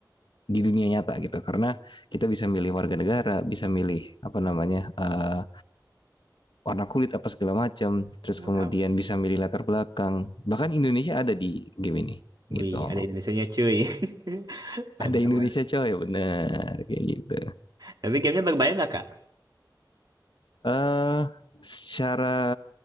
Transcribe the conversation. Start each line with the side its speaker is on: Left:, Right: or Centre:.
Left: di dunia nyata gitu karena kita bisa milih warga negara, bisa milih apa namanya eh, warna kulit apa segala macam, terus
Right: Wow.
Left: kemudian bisa milih latar belakang. Bahkan Indonesia ada di game ini gitu.
Right: Wih, ada Indonesianya cuy. <laughs> Mantap
Left: Ada Indonesia
Right: banget.
Left: coy, bener kayak gitu.
Right: Tapi gamenya berbayar nggak, Kak?
Left: eh secara